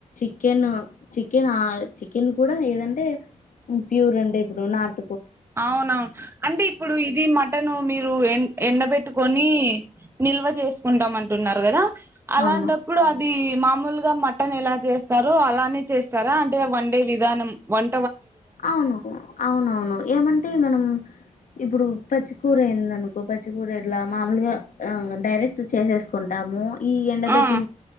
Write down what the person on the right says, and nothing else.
అవునవును అంటే ఇప్పుడు ఇది మటను మీరు ఎ ఎండబెట్టుకని నిల్వ చేసుకుంటాం అంటున్నారు కదా అలాంటప్పుడు
అది మామూలుగా మటన్ ఎలా చేస్తారు అలానే చేస్తారా అంటే వన్ డే విధానం వన్
ఆ